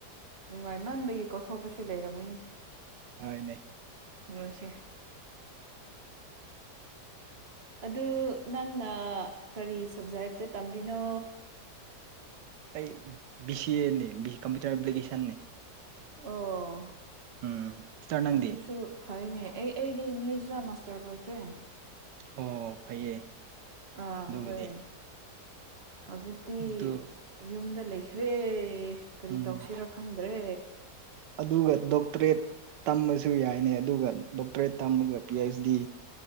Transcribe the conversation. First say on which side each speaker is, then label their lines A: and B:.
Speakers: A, on the right; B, on the right.
A: ꯅꯨꯡꯒꯥꯏꯃꯟꯕꯒꯤ ꯀꯥꯎꯊꯣꯛꯄꯁꯨ ꯂꯩꯔꯝꯒꯅꯤ
B: ꯍꯣꯏꯅꯦ
A: ꯅꯣꯏꯁꯦ ꯑꯗꯨ ꯅꯪꯅ ꯀꯔꯤ ꯁꯕꯖꯦꯛꯇ ꯇꯝꯔꯤꯅꯣ
B: ꯑꯩ ꯕꯤ ꯁꯤ ꯑꯦꯅꯦ ꯕꯤ ꯀꯝꯄ꯭ꯌꯨꯇꯔ ꯑꯦꯄ꯭ꯂꯤꯀꯦꯁꯟꯅꯦ
A: ꯑꯣ
B: ꯎꯝ ꯁꯤꯁꯇꯔ ꯅꯪꯗꯤ
A: ꯑꯗꯨꯁꯨ ꯐꯩꯅꯦ ꯑꯩ ꯑꯩꯗꯤ ꯏꯪꯂꯤꯁꯇ ꯃꯥꯁꯇꯔ ꯂꯣꯏꯈ꯭ꯔꯦ
B: ꯑꯣ ꯐꯩꯌꯦ
A: ꯑꯥ
B: ꯑꯗꯨꯒꯤꯗꯤ
A: ꯍꯣꯏ ꯍꯧꯖꯤꯛꯇꯤ
B: ꯑꯗꯨ
A: ꯌꯨꯝꯗ ꯂꯩꯈ꯭ꯔꯦ ꯀꯔꯤ
B: ꯎꯝ
A: ꯇꯧꯁꯤꯔ ꯈꯪꯗ꯭ꯔꯦ
B: ꯑꯗꯨꯒ ꯗꯣꯛꯇꯔꯦꯠ ꯇꯝꯕꯁꯨ ꯌꯥꯏꯅꯦ ꯑꯗꯨꯒ ꯗꯣꯛꯇꯔꯦꯠ ꯇꯝꯃꯒ ꯄꯤ ꯑꯩꯩꯆ ꯗꯤ